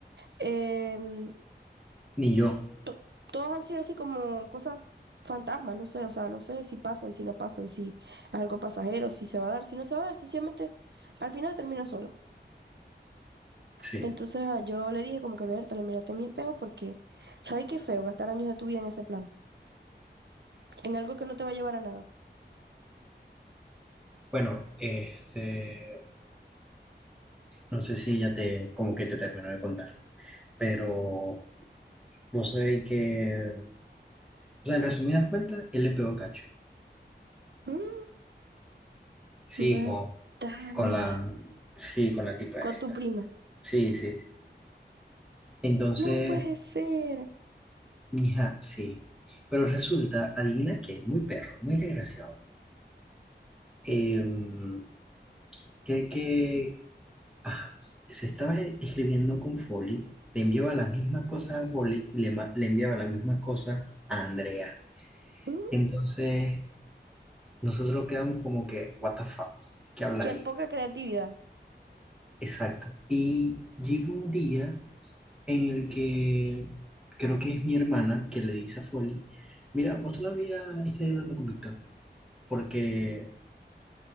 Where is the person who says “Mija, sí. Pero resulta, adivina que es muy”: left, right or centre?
Centre